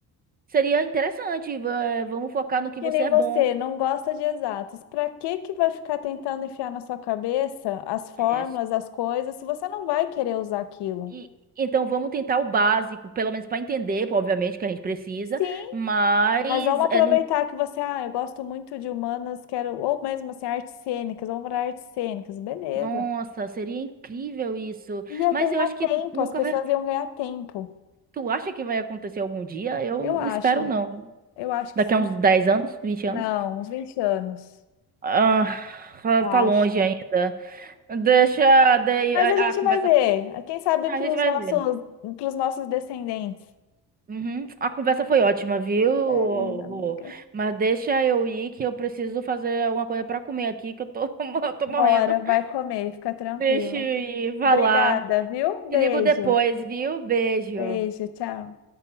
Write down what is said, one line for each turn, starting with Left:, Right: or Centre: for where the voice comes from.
Right: seria interessante, va- vamos focar no que
Left: Que
Right: você
Left: nem
Right: é
Left: você,
Right: bom.
Left: não gosta de exatos. Para que que vai ficar tentando enfiar na sua cabeça as fórmulas,
Right: É,
Left: as coisas, se você não vai querer usar aquilo?
Right: e, então vamos tentar o básico, pelo menos para entender, pô, obviamente, que a gente precisa,
Left: Sim,
Right: mas
Left: mas vamos aproveitar
Right: é, não
Left: que você, ah, eu gosto muito de humanas, quero, ou mesmo assim, artes cênicas, vamos para artes cênicas, beleza.
Right: Nossa, seria incrível isso.
Left: Ia
Right: Mas
Left: ganhar
Right: eu acho que
Left: tempo,
Right: nunca
Left: as pessoas
Right: vai.
Left: iam ganhar tempo,
Right: Tu acha que vai acontecer algum dia? Eu
Left: Eu
Right: não
Left: acho,
Right: espero, não.
Left: eu acho
Right: Daqui
Left: que sim.
Right: a uns 10 anos, 20 anos.
Left: Não, uns 20 anos.
Right: Ah,
Left: acho.
Right: tá longe ainda. Deixa daí
Left: Mas
Right: a,
Left: a gente
Right: a conversa.
Left: vai ver. Quem sabe
Right: A
Left: para
Right: gente
Left: os
Right: vai
Left: nossos,
Right: ver.
Left: para nossos descendentes.
Right: Uhum. A conversa foi ótima, viu?
Left: Beleza,
Right: Rô?
Left: amiga.
Right: Mas deixa eu ir que eu preciso fazer alguma coisa pra comer aqui, que eu tô, <laughs> eu tô
Left: Bora,
Right: morrendo.
Left: vai comer, fica tranquila.
Right: Deixa eu ir. Vai
Left: Obrigada,
Right: lá.
Left: viu?
Right: Te
Left: Beijo,
Right: ligo depois, viu? Beijo.
Left: beijo, tchau.